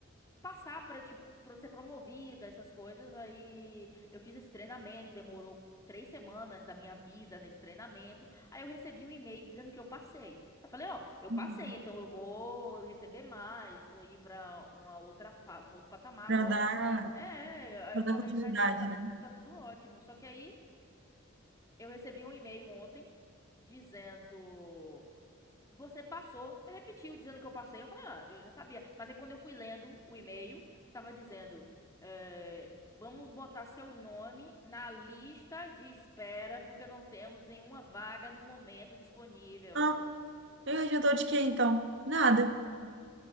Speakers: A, on the left; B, on the right.
A: passar pra, tipo, pra ser promovida, essas coisas. Aí eu fiz esse treinamento, demorou três semanas da minha vida nesse treinamento. Aí eu recebi um e-mail dizendo que eu passei. Eu falei, ó, eu passei,
B: Uhum.
A: então eu vou receber mais, vou ir pra uma outra, pa- um outro patamar
B: Pra
A: agora.
B: dar,
A: É, aí
B: pra
A: eu
B: dar
A: falei,
B: continuidade,
A: vai, tá,
B: né?
A: tá tudo ótimo. Só que aí. Eu recebi um e-mail ontem dizendo: Você passou. Eu repetiu dizendo que eu passei. Eu falei: Ah, eu já sabia. Mas aí quando eu fui lendo o e-mail, tava dizendo: eh, Vamos botar seu nome na lista de espera porque não temos nenhuma vaga no momento disponível.
B: Ah, eu adiantou de quê então? Nada.